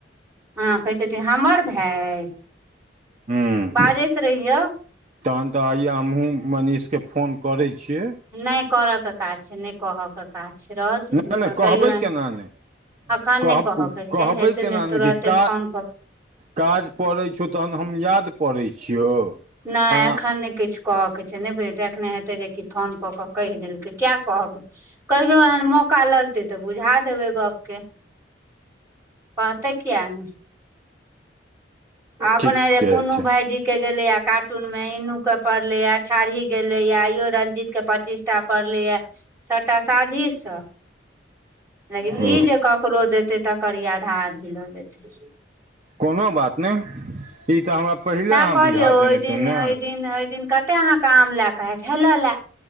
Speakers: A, on the right (about 15°); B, on the right (about 35°).
A: ह कहै हमर भय है
B: हूँ
A: बाजैत रहियौ
B: तहन तऽ आइया हमहुँ मनीषके फोन करै छीये
A: नहि करयके काज छै नहि कहयके काज छै रह द
B: नहि
A: अपन
B: नहि कहबै
A: कहियो एहन
B: केना ने
A: अखन
B: कह
A: नहि कहयके
B: कहबै
A: छै हेतै
B: केना
A: नहि तुरते
B: ने कि का
A: फोन कऽ
B: काज पड़ै छौ तहन हम याद पड़ै छियौ
A: नहि
B: आ
A: एखन ने किछु कहय के छै नहि बुझेै एखने हेतै जे कि फोन कऽ केऽ कैह देलकै किया कहबै कहियो एहन मौका लगतै तऽ बुझा देबै गप के कहते कियै ने अपने
B: ठीके
A: जे पुन्नू
B: छै
A: भाईजी के गेले आ कार्टून मे इनू के पड़ले अठारही गेले आयो रंजीत के पच्चीस सबटा पड़लै य सभटा साझीसँ लेकिन
B: ओ
A: ई जे ककरो देतै तकर ई आधा आधी लऽ लेतै
B: कोनो बात नहि ई तऽ हमरा पहिले
A: सएह
B: अहाँ
A: कहलियौ
B: बुझा
A: ओहि
B: देने
A: दिन
B: तु ने
A: ओहि दिन ओहि दिन क कते अहाँके आम लए के हत हेलो ले